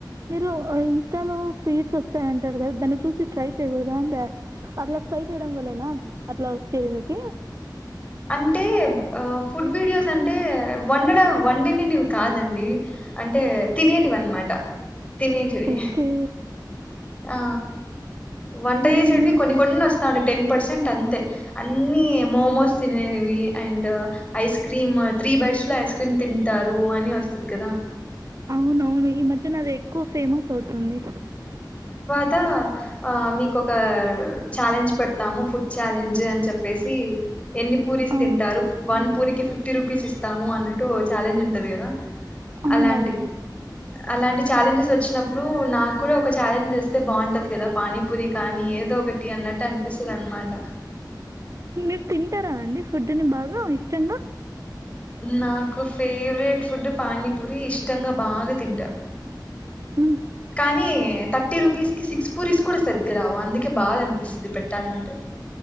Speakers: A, on the right; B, on the left.
A: మీరు ఇన్స్టాలో ఫీడ్స్ వస్తాయంటారు కదా దాన్ని చూసి ట్రై చేయకూడదా అంటే అట్లా ట్రై చేయడం వల్లన అట్లా వచ్చేది మీకు
B: అంటే ఫుడ్ వీడియోస్ అంటే వండడం వండినిదివి కాదండి అంటే తినేటివి అనమాట తినేటివి
A: ఓకే
B: ఆ వంట
A: హ్మ్.
B: చేసేటివి కొన్ని కొన్ని వస్తాండి టెన్ పర్సెంట్ అంతే అన్ని మోమోస్ తినేవి and ice cream three bites లో ఐస్ క్రీమ్ తింటారు అని వస్తది కదా
A: అవును అవును ఈ మ కూ అది ఎక్కువ ఫేమస్ అవుతుంది
B: అంతా మీకొక ఛాలెంజ్ పెడతాము ఫుడ్ ఛాలెంజ్ అని చెప్పేసి ఎన్ని పూరీస్
A: ఆ!
B: తింటారు వన్ పూరికి ఫిఫ్టీ రూపీస్ ఇస్తాము అన్నట్టు ఛాలెంజ్ ఉంటాది కదా
A: అవునవును
B: అలాంటివి అలాంటి వచ్చినప్పుడు నాకు కూడా ఒక ఛాలెంజ్ చూస్తే బాగుంటాది కదా పానీపూరి కానీ ఏదో ఒకటి అన్నట్టు అనిపిస్తుంది అన్న మాట
A: మీరు తింటారా అండి ఫుడ్ని బాగా ఇష్టంగా
B: నాకు ఫేవరెట్ ఫుడ్ పానీపూరి ఇష్టంగా బాగా తింటా
A: ఇ
B: కానీ థర్టీ రూపీస్ కి సిక్స్ పూరీస్ కూడా సరిగ్గా రావు అందుకే బాధ అనిపిస్తుంది పెట్టాలంటే